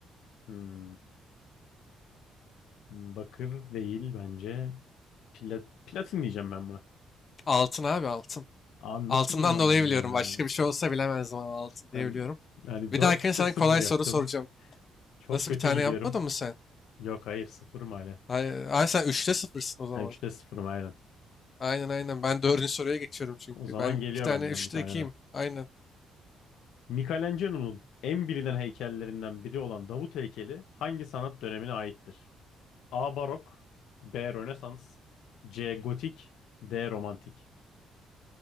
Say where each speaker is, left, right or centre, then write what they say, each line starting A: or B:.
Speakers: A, on the left; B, on the left.
A: Hmm, Bakır değil bence. Pla platin diyeceğim ben buna.
B: Altın abi altın.
A: Abi
B: Altından
A: nasıl bilmem
B: dolayı
A: bunu
B: biliyorum.
A: ya.
B: Başka bir şey olsa bilemezdim ama altın
A: Cidden
B: diye biliyorum.
A: yani
B: Bir
A: dörtte
B: dahakine sana
A: sıfır
B: kolay
A: yaptım.
B: soru soracağım.
A: Çok
B: Nasıl
A: kötü
B: bir tane
A: gidiyorum.
B: yapmadın mı sen?
A: Yok hayır 0 hala.
B: Ay, ay sen üçte sıfırsın o zaman.
A: Yani 3'te 0 aynen.
B: Aynen aynen. Ben dördüncü soruya geçiyorum çünkü.
A: O zaman
B: Ben
A: geliyor
B: 2 tane
A: benden
B: 3'te
A: bir tane
B: 2'yim.
A: daha.
B: Aynen.
A: Michelangelo'nun en bilinen heykellerinden biri olan Davut heykeli hangi sanat dönemine aittir? A. Barok B. Rönesans C. Gotik D. Romantik